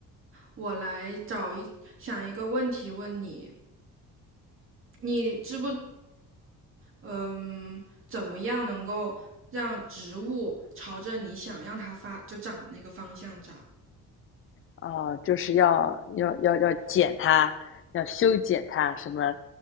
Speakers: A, on the right; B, on the left.
A: 我来找一想一个问题问你，你知不嗯怎么样能够让植物朝着你想让它发就长的那个方向长？
B: 哦，就是要要要要剪它，要修剪它，什么，